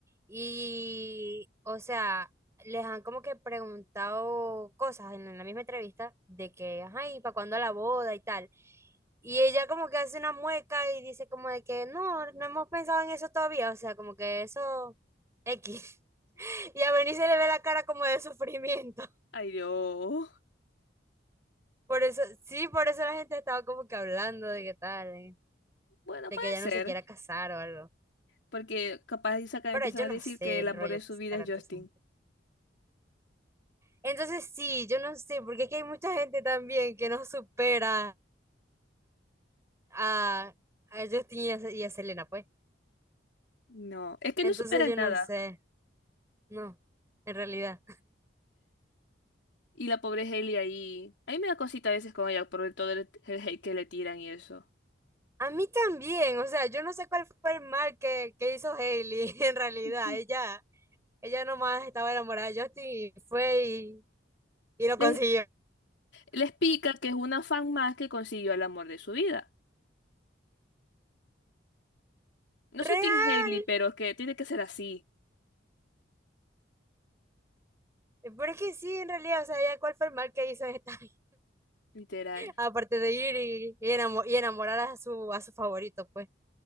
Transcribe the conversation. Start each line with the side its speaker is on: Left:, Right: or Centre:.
Right: Y, o sea, les han como que preguntado cosas en la misma entrevista de que, ay, ¿para cuándo la boda y tal? Y ella como que hace una mueca y dice como de que no, no hemos pensado en eso todavía, o sea, como que eso X. <laughs> Y a Benny se le ve la cara como de sufrimiento. <laughs>
Left: Ay, Dios.
Right: Por eso, sí, por eso la gente estaba como que hablando de que tal, eh,
Left: Bueno,
Right: de
Left: puede
Right: que ella
Left: ser.
Right: no se quiera casar o algo.
Left: Porque capaz y sacan,
Right: Pero
Left: empiezan
Right: yo
Left: a
Right: no
Left: decir
Right: sé
Left: que el
Right: el
Left: amor
Right: rollo
Left: de su
Right: que sacarán
Left: vida es Justin.
Right: toda esa gente. Entonces sí, yo no sé, porque aquí hay mucha gente también que no supera a, a Justin y a, Se- y a Selena, pues.
Left: No, es que
Right: Entonces
Left: no superan
Right: yo
Left: nada.
Right: no sé, no, en realidad.
Left: Y la pobre Hailey ahí. A mí me da cosita a veces con ella por el- todo el, el hate que le tiran y eso.
Right: A mí también, o sea, yo no sé cuál fue el mal que, que hizo Hailey, <laughs> en realidad.
Left: Ujú.
Right: Ella, ella nomás estaba enamorada de Justin y fue y, y lo
Left: Les,
Right: consiguió.
Left: les pica que es una fan más que consiguió el amor de su vida. No
Right: Real,
Left: soy Team Hailey, pero es que tiene que ser así.
Right: pero es que sí, en realidad, o sea, ella cuál fue el mal que hizo en esta
Left: Literal.
Right: Aparte de ir y, y enamo- y enamorar a su, a su favorito, pues.